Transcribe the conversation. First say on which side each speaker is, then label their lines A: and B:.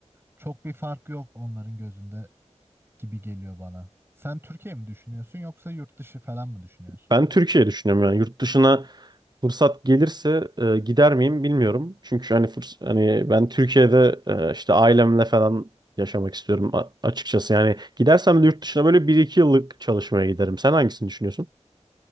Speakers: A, on the right; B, on the right.
A: çok bir fark yok onların gözünde. gibi geliyor bana. Sen Türkiye mi düşünüyorsun yoksa yurt dışı falan mı düşünüyorsun?
B: Ben Türkiye düşünüyorum yani yurt dışına Fırsat gelirse e, gider miyim bilmiyorum. Çünkü hani fırs hani ben Türkiye'de e, işte ailemle falan yaşamak istiyorum a- açıkçası. Yani gidersem de yurt dışına böyle bir iki yıllık çalışmaya giderim. Sen hangisini düşünüyorsun?